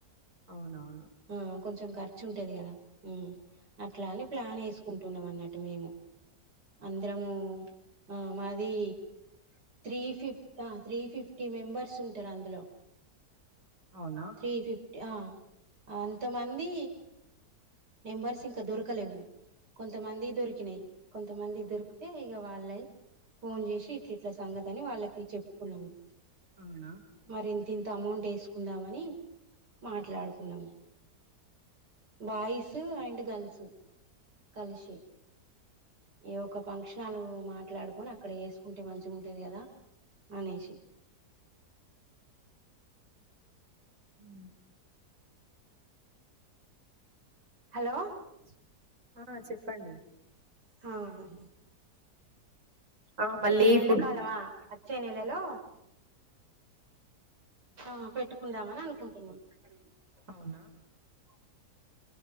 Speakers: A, on the right (about 45°); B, on the right (about 75°).
A: అవునవును.
B: ఆ కొంచెం ఖర్చు ఉంటది గదా. ఉమ్ అట్లా అని ప్లాన్ ఏసుకుంటున్నం అన్నట్ టు మేము. అందరము ఆ మాది త్రీ ఫిఫ్ ఆ త్రీ ఫిఫ్టీ మెంబర్స్ ఉంటారు అందులో
A: అవునా
B: త్రీ ఫిఫ్ ఆ అంతమంది నెంబర్స్ ఇంకా దొరకలేవు కొంతమంది దొరికినాయి కొంతమంది దొరికితే ఇక వాళ్ళై ఫోన్ చేసి ఇట్ల ఇట్ల సంగతి అని వాళ్ళకి చెప్పుకున్నాము
A: అవునా
B: బరి దీంతో అమౌంట్ వేసుకుందామని మాట్లాడుకున్నాం
A: అవునా
B: బాయ్స్ అయి గలుసు కలిసి ఈ ఒక్క ఫంక్షనలూ. మాట్లాడుకొని అక్కడ చేసుకుంటే మంచిగుంటది కదా అనేశీ.
A: ఊ
B: హలో
A: ఆ చెప్పండి.
B: హా అవును.
A: ఆ మళ్ళీ
B: ఈ ఎండకాలమా
A: ఫుడ్
B: వచ్చే నెలలో ఆ పెట్టుకుందామని అనుకుంటున్నాం
A: అవునా